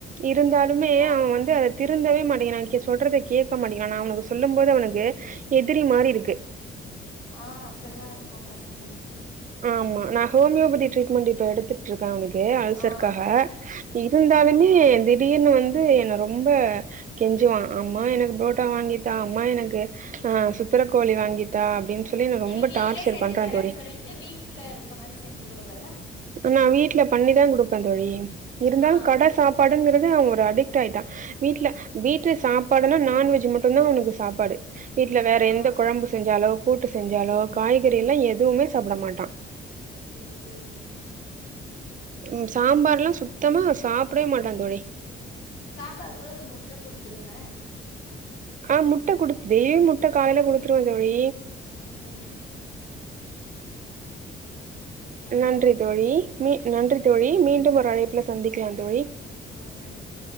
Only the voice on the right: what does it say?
இருந்தாலுமே
அவே வந்து அத திருந்தவே மாட் மாட்டேங்கிறா சொல்றத கேட்க மாட்டேங்கிறா நா அவனுக்கு சொல்லும் போது அவனுக்கு எதிரி மாரி இருக்கு
ஆமா நா ஹோமியோபதி ட்ரீட்மெண்ட் இப்ப எடுத்துட் ருக்கே அவனுக்கு அல்சர்காக
இருந்தாலுமே
திடீர்னு வந்து என்ன ரொம்ப கெஞ்சுவா அம்மா எனக்கு புரோட்டா வாங்கி தா அம்மா எனக்கு ஆ சுத்துர கோழி வாங்கித்தா அப்டின்னு சொல்லி என்ன
ரொம்ப
டார்ச்சர்
பண்றா
தோழி
நா வீட்ல பண்ணிதா குடுப்பே தோழி இருந்தாலு
கட சாப்பாடு ஃபுட்டுங்கறது அவன் ஒரு அடிக்ட் ஆயிட்டா வீட்ல வீட்டு சாப்பாடுனா நான்வெஜ் மட்டும்தா அவனுக்கு சாப்பாடு வீட்ல வேற
எந்த கொழம்பு செஞ்சாலோ கூட்டு செஞ்சாலோ காய்கறி எல்லா எதுமே சாப்பிட மாட்டா
ம் சாம்பார்லா சுத்தமா சாப்பிடவே மாட்டா தோழி
ஆ முட்ட கொடுத் டெய்லியு முட்ட காலையில குடுத்துருவே தோழி
நன்றி தோழி மீ நன்றி தோழி மீண்டும் ஒரு அழைப்புல சந்திக்கலாம் தோழி